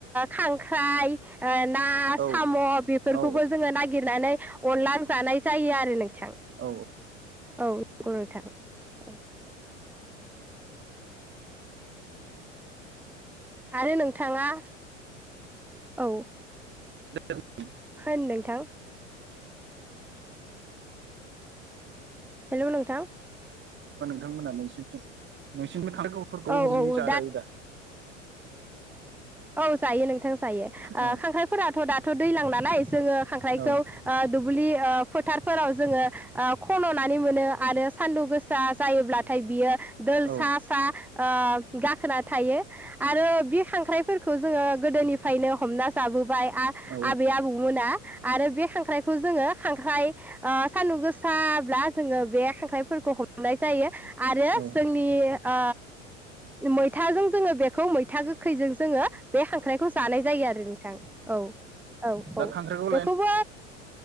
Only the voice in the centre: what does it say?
खां ख्राहाय ना,
साम' बेफोरखौबो
जोङो नागिरनानै अनलां जानाय जायो आरो। नोंथां
औ ग नोंथां ओ <inaudible> आरो नोंथाङा? औ'
होन नोंथां। हेल' नोंथां
औ
औ
औ जायो नोंथां जायो
खांख्राइफोराथ' दाथ' दैजलां नालाय जोङो खांख्राइखौ
ओ दुब्लि ओ फोथार फोराव जोङो ओ खन'नानै मोनो आरो सान्दुं गोसाआ जायोब्ला नाथाय बियो दोल
सा सा ओ गाखोना थायो। आरो बि खांख्राइफोर जोङो गोदोनिफ्रायनो हमना जाबोबाय आ
आबै आबौमोना आरो बे खांख्राइखौ जोङो खांख्राइ ओ सान्दुं गोसाब्ला जोङो बे खांख्राइफोरखौ हम फ्रायाजायो। आरो
जोंनि ओ मैथाजों जोङो बेखौ मैथा गोखैजों जोङो बे खांख्रायखौ जानाय जायो आरो नोंथां औ औ
औ
बेखौबो